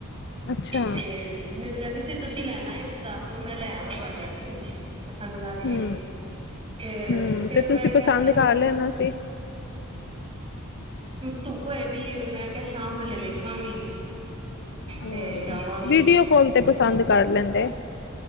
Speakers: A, on the left (about 50°); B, on the right (about 25°).
A: ਅੱਛਾ
B: ਤੇ ਮੈਨੂੰ ਕਹਿੰਦੇ ਸੀ ਤੁਸੀਂ ਲੈਣਾ ਐ ਤੇ ਦੱਸ ਦੋ ਮੈਂ ਲੈ ਆਵਾਂ ਤੁਆਡੇ ਆਸਤੇ। ਪਸੰਦ ਕਰਕੇ
A: ਹੂੰ
B: ਤੇ
A: ਹੂੰ
B: ਫੇਰ
A: ਤੇ
B: ਮੈਂ
A: ਤੁਸੀਂ
B: ਕਿਆ
A: ਪਸੰਦ
B: ਚਲ
A: ਕਰ ਲੈਣਾ ਸੀ
B: ਧੁੱਪ ਐਡੀ ਏ ਮੈਂ ਕਿਆ ਸ਼ਾਮ ਵੇਲੇ ਦੇਖਾਂਗੀ।
A: ਹੂੰ
B: ਤੇ ਜਾਵਾਂਗੀ।
A: ਵੀਡੀਓ ਕਾਲ ਤੇ ਪਸੰਦ ਕਰ ਲੈਂਦੇ।